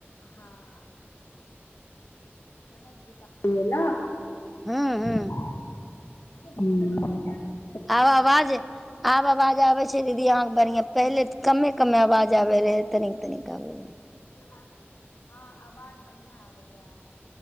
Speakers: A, on the left (about 80°); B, in the centre.
A: हँ ननदके सासुर ऐ ना
B: हूँ हूँ
A: अच्छा हू
B: आब आवाजे आब आवाज आबै छै दीदी अहाँके बढ़िआं पहिलेऽ कमे कमे आवाज आबै रहै तनी। तनिकाबै रहै
A: हँ हँ आवाज बढ़िआँ आबैया आब